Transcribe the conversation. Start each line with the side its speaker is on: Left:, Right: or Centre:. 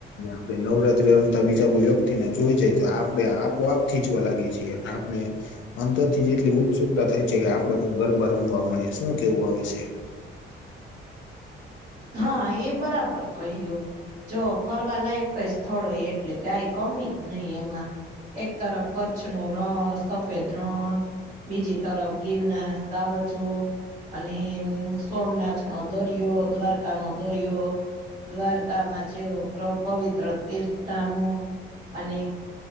Left: આપડે નવરાત્રી રમતા બીજા કોઈ વ્યક્તિને જોઈ જય તો આપડે આપોઆપ ખીચવા લાગીએ છીએ અને આપણે અંદર થી જેટલી ઉત્સુકતા થાય છે કે આપડે પણ ગરબા રમવા મળે શું કેવું આ વિશે.
Right: હા એ બરાબર કહ્યું. જો ફરવા લાયક કઈ સ્થળો એટલે કઈ કમી જ નઈ એમાં. એક તરફ કચ્છ નું રણ સફેદ રણ. બીજી તરફ ગીરના સાવજો. અને સોમનાથ નો દોરિયો, દ્વારકા નો દોરિયો. દ્વારકામાં જેવ પ પવિત્ર તીર્થ ધામો અને